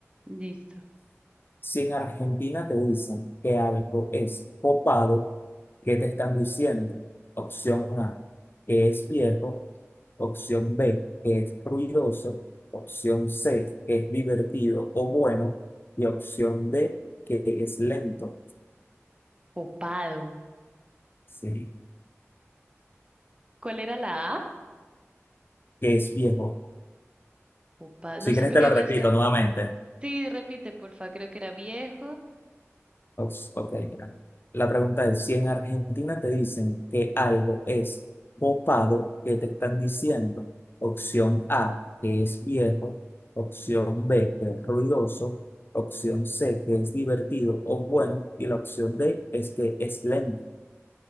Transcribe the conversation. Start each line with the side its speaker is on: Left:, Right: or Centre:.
Right: listo.
Left: Si en Argentina te dicen que algo es copado, ¿qué te están diciendo? Opción A, que es viejo. Opción B, que es ruidoso. Opción C, que es divertido o bueno. Y opción D, que es lento.
Right: Popado.
Left: Sí,
Right: ¿Cuál era la A?
Left: que es viejo.
Right: Popado.
Left: Si
Right: No
Left: quieres
Right: sé por
Left: te
Right: qué
Left: la repito
Right: me suena.
Left: nuevamente.
Right: Sí, repite, porfa. Creo que era viejo.
Left: Ups, ok, mira. La pregunta es, si en Argentina te dicen que algo es popado, ¿qué te están diciendo? Opción A, que es viejo. Opción B, que es ruidoso. Opción C, que es divertido o bueno. Y la opción D es que es lento.